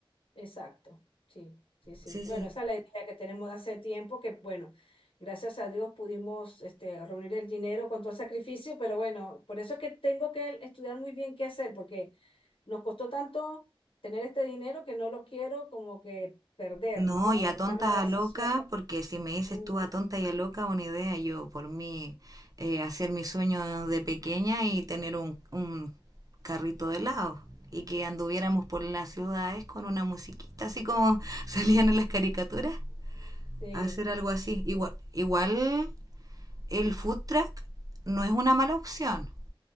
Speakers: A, on the left; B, on the right.
A: Exacto, sí, sí, sí.
B: Sí,
A: Bueno,
B: sí.
A: esa es la idea que tenemos de hace tiempo, que bueno, gracias a Dios pudimos este, reunir el dinero con todo el sacrificio, pero bueno, por eso es que tengo que estudiar muy bien qué hacer, porque nos costó tanto tener este dinero que no lo quiero como que perder,
B: No,
A: ¿no?
B: y
A: Por
B: a tontas
A: una mala
B: a
A: decisión.
B: loca, porque si me dices
A: Mm,
B: tú a tonta y a loca, una idea, yo por mí eh, hacer mi sueño de pequeña y tener un, un carrito de helado y que anduviéramos por las ciudades con una musiquita, así como <laughs> salían en las caricaturas,
A: sí,
B: hacer algo así. Igual, igual el food truck no es una mala opción,